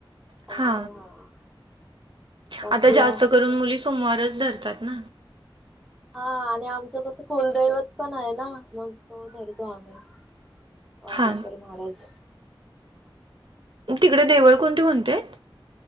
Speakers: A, in the centre; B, on the right.
A: आणि
B: हा
A: हा बाकी
B: आता जास्त
A: अस
B: करून मुली सोमवारच धर धरतात ना.
A: हा आणि आमचं कसं कुलदैवत पण आहे ना, मग तो धरतो आम्ही. वागेश्वर
B: हा
A: महाराज ह
B: ग तिकडे देवळ कोणते कोणते?